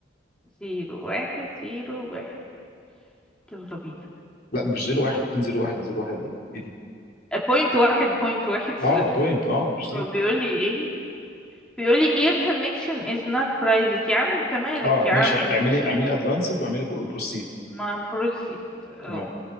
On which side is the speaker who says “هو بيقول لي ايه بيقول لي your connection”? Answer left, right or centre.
Centre